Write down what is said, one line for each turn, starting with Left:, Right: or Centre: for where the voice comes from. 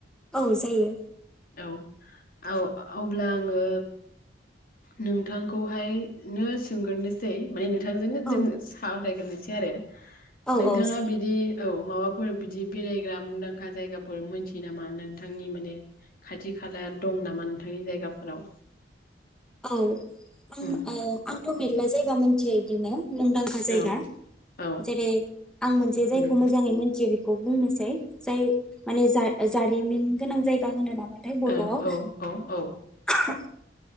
Centre: औ जायो।
Left: औ औ अब्ला आङो नोंथांखौहायनो सोंग्रोनोसै माने नों थां
Centre: औ
Left: जों साव रायग्रोनोसै आरो
Centre: औ
Left: नोंथाङा
Centre: औ जायो।
Left: बिदि औ माबाफोर बिदि बेरायग्रा मुंदांखा जायगाफोर मोनथि यो नामा नोंथांनि माने खाथि खाला दं नामा नोंथांनि जायगाफोराव?
Centre: औ आं
Left: उम
Centre: ओ आंथ' मेरला जायगा मोन थियो इदिनो मुंदांखा जायगा
Left: औ औ
Centre: जेरै आं मोनसे
Left: उम
Centre: जायखौ मोजाङै मोनथियो बे बुंनोसै जाय माने जा जारिमिन गोनां जायगा होनो नामाथाय बर'आव
Left: औ औ औ औ